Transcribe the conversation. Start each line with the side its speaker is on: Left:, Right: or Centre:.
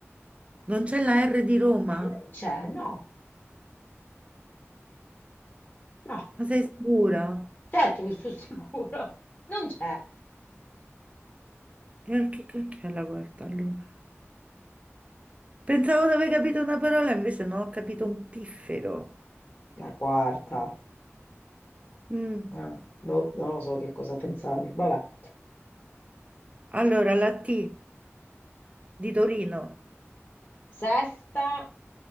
Right: Non c'è la R di Roma?
Left: non c'è, no, no,
Right: Ma sei sicura?
Left: certo che sono <laughs> sicuro, non c'è.
Right: E perché che che è la quarta allora? Pensavo di aver capito una parola, invece no, ho capito un piffero.
Left: La quarta,
Right: Mm.
Left: eh, boh, non lo so che cosa pensavi, vabbè.
Right: Allora, la T di Torino.
Left: Sesta,